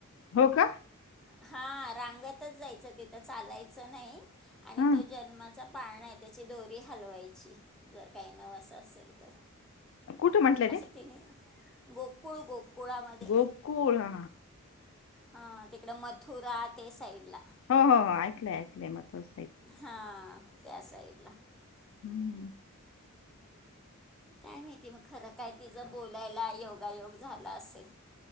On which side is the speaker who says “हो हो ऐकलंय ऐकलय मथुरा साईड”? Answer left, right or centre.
Left